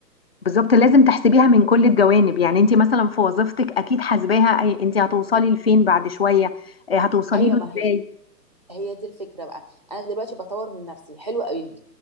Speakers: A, on the left; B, on the right.
A: بالظبط لازم تحسبيها من كل الجوانب يعني أنت مثلا في وظيفتك أكيد حاسباها أي- أنت هتوصلي لفين بعد شوية آه، هتوصلي
B: ايوه
A: له
B: ما
A: إزاي
B: هي هي دي الفكرة بقى أنا دلوقتي بطور من نفسي حلو قوي